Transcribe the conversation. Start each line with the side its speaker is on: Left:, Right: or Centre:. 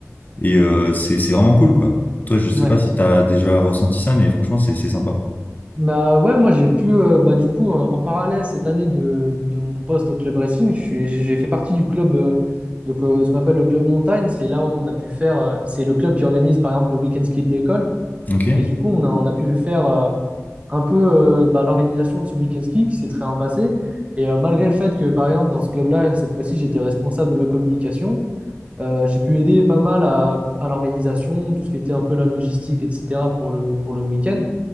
Left: et euh, c'est, c'est vraiment cool, quoi. Toi, je sais
Right: Mhm.
Left: pas si t'as déjà ressenti ça, mais franchement, c'est, c'est sympa.
Right: Bah ouais, moi j'ai pu, euh, bah du coup, euh, en parallèle cette année de, de mon poste au club racing, je suis, j'ai fait partie du club, euh, donc, euh, ce qu'on appelle le club montagne. C'est là où on a pu faire, euh, c'est le club qui organise par exemple le week-end ski de l'école.
Left: Ok?
Right: Et du coup, on a, on a pu faire euh, un peu euh, bah, l'organisation de ce week-end ski qui s'est très bien passé. Et euh, malgré le fait que, par exemple, dans ce club-là, cette fois-ci, j'étais responsable de la communication, euh, j'ai pu aider pas mal à, à l'organisation, tout ce qui était un peu la logistique, etc. pour le, pour le week-end.